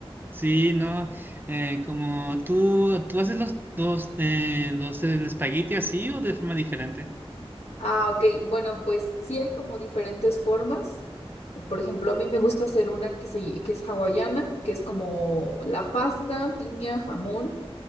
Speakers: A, on the right; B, on the left.
A: Sí, no, eh, como tú, tú haces los, los, eh, los el espagueti así o de forma diferente.
B: Ah, ok. Bueno, pues sí hay como diferentes formas. Por ejemplo, a mí me gusta hacer una que, se, que es hawaiana, que es como la pasta, piña, jamón